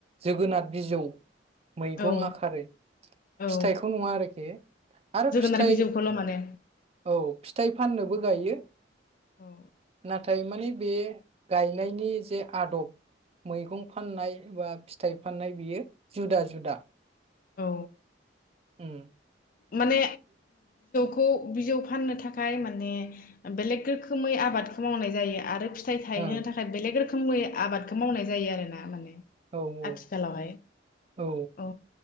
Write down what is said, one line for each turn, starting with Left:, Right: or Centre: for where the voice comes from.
Right: जोगोनार बिजौ मैगं
Left: औ
Right: आखारै।
Left: औ
Right: फिथाइखौ नङा आरोखि आरो
Left: जोगोनार
Right: फिथाइ
Left: बिजौखौल' माने
Right: औ फिथाइ फाननो बो गायो
Left: औ
Right: नाथाय ओमफ्राय माने बे गायनायनि जे आदब मैगं फाननाय बा फिथाइ फाननाय बेयो जुदा जुदा।
Left: औ
Right: उ <inaudible>
Left: माने खौ बिजौ फाननो थाखाय माने बेलेग रोखोमै आबादखौ मावनाय जायो आरो फिथाइ थायनो
Right: ओ
Left: थाखाइ बेलेग रो रोखोमै आबादखौ मावनाय जायो आर ना माने
Right: औ-औ-औ
Left: आथिखालावहाय औ